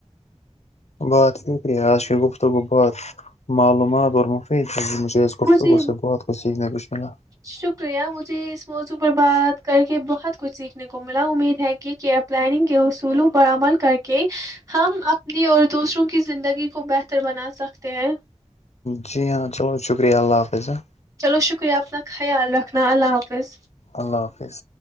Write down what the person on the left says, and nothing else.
بات کری ہے آج کی گفتگو بت معلومات اورم نہیں مجھے اس گفتگو
سے بہ خوی ٹھیک کھلا
جی ہاں چلو شکریہ اللہ حافظ ہیں
اللہ حافظ